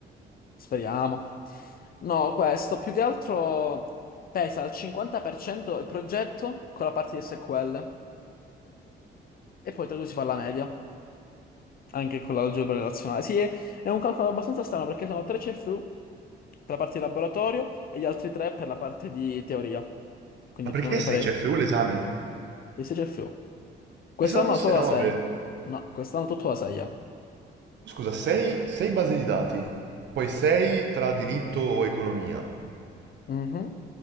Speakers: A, on the left; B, on the right.
A: Speriamo. No, questo più che altro pesa al 50% il progetto con la parte di SQL e poi tra i due si fa la media. anche con l'algebra relazionale. Sì, è, è un calcolo abbastanza strano perché sono tre CFU per la parte di laboratorio e gli altri tre per la parte di teoria. Quindi
B: Ma
A: più
B: perché
A: o meno
B: 6
A: devi
B: CFU
A: fare
B: l'esame?
A: i 6 CFU. Quest'anno
B: Pensavo fosse
A: solo
B: 9.
A: la 6. No, quest'anno tutto la 6. Eh.
B: Scusa, 6, base di dati, poi 6 tra diritto o economia.
A: Mhm.